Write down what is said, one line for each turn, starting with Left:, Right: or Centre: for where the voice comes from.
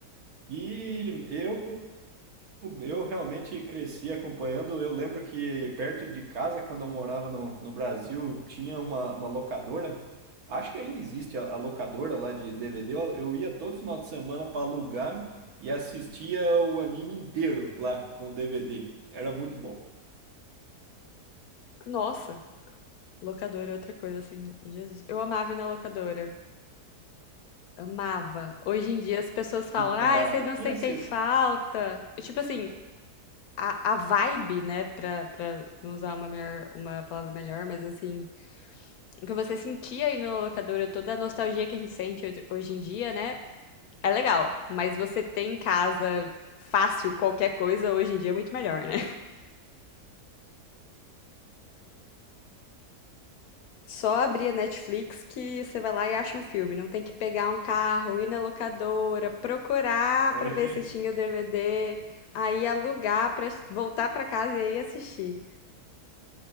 Right: E eu Eu realmente cresci acompanhando. Eu lembro que perto de casa, quando eu morava no, no Brasil, tinha uma, uma locadora. Acho que ainda existe a, a locadora lá de DVD. Eu, eu ia todo final de semana para alugar e assistia o anime inteiro lá com o DVD. Era muito bom.
Left: Nossa, locadora é outra coisa, assim. Jesus. Eu amava ir na locadora. Amava. Hoje em dia as pessoas falam,
Right: Então,
Left: ai,
Right: na
Left: vocês não sentem
Right: minha cidade
Left: falta. Tipo assim, a, a vibe, né, pra, pra não usar uma melhor, uma palavra melhor, mas assim, o que você sentia aí na locadora, toda a nostalgia que a gente sente hoje hoje em dia, né, é legal, mas você ter em casa fácil qualquer coisa hoje em dia é muito melhor, né? Só abrir a Netflix que você vai lá e acha um filme, não tem que pegar um carro, ir na locadora, procurar
Right: hoje
Left: pra ver se tinha o DVD, aí alugar pra voltar pra casa e aí assistir.